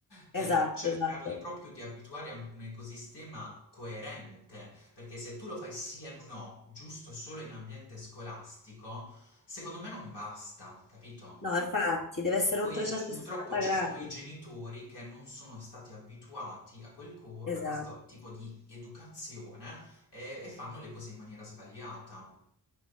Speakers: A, on the left; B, on the left.
A: per
B: esatto,
A: cercarli
B: esatto.
A: proprio di abituare a un ecosistema coerente, perché se tu lo fai sì e no, giusto solo in ambiente scolastico, secondo me non basta, capito?
B: No, infatti, deve essere
A: Poi
B: un 360
A: c- purtroppo ci
B: gradi,
A: sono i genitori che non sono stati abituati a, quel co-
B: esatto.
A: a questo tipo di educazione e, e fanno le cose in maniera sbagliata.